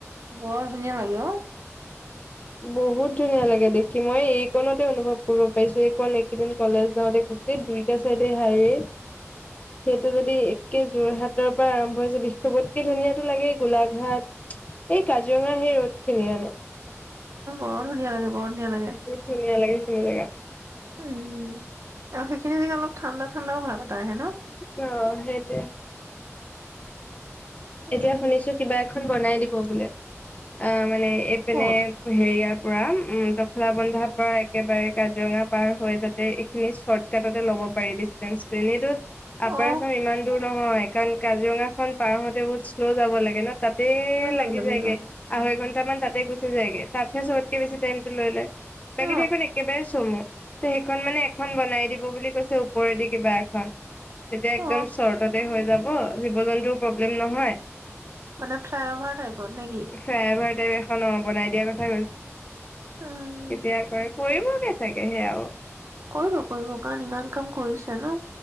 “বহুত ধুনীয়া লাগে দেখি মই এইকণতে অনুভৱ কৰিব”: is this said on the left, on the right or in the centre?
Left